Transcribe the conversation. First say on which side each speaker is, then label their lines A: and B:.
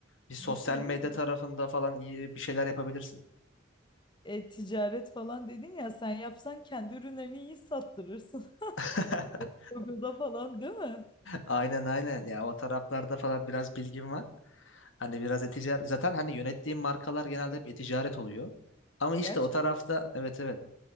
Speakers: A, on the left; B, on the left.
A: bir sosyal
B: bir şey
A: medya
B: değil mi?
A: tarafında falan iyi bir şeyler yapabilirsin.
B: E-ticaret falan dedin ya sen yapsan kendi ürünlerini iyi sattırırsın.
A: <laughs>
B: <laughs> Google'da falan değil mi?
A: Aynen aynen ya o taraflarda falan biraz bilgim var. Hani biraz e-ticaret zaten hani yönettiğim markalar genelde hep e-ticaret oluyor. Ama işte
B: Gerçekten
A: o tarafta evet evet